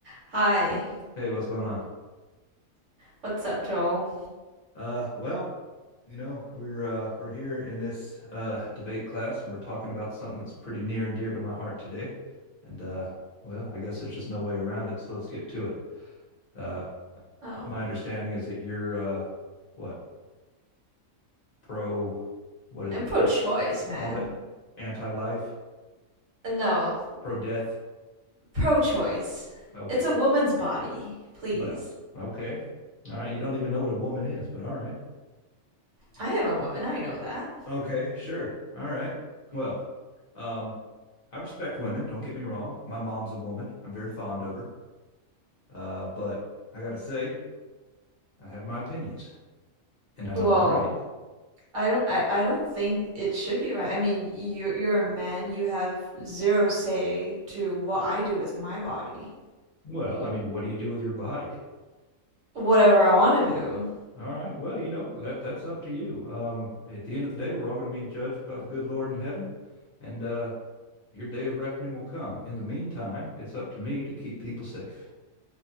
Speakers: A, on the right (about 65°); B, on the left (about 45°).
A: Hi,
B: Hey, what's going on?
A: what's up, Joel?
B: Uh, well, you know, we're uh we're here in this uh debate class and we're talking about something that's pretty near and dear to my heart today. And uh well, I guess there's just no way around it, so let's get to it. Uh
A: Oh,
B: my understanding is that you're uh what? Pro what is
A: I'm
B: it?
A: pro
B: Pro-choice
A: choice,
B: you call
A: man.
B: it? Anti-life?
A: No,
B: Pro-death?
A: pro choice.
B: Okay.
A: It's a woman's body, please.
B: Well, okay. All right, you don't even know what a woman is, but all right.
A: I am a woman, I know that.
B: Okay, sure. All right. Well, um, I respect women, don't get me wrong. My mom's a woman. I'm very fond of her. Uh, but I gotta say, I have my opinions, and I know
A: Well,
B: I'm right.
A: I don't I, I don't think it should be right. I mean, you're you're a man, you have zero say to what I do with my body.
B: Well, I mean, what do you do with your body?
A: Whatever I want to do.
B: All right. Well, you know, that that's up to you. Um, at the end of the day, we're all going to be judged by the good Lord in heaven, and uh, your day of reckoning will come. In the meantime, it's up to me to keep people safe.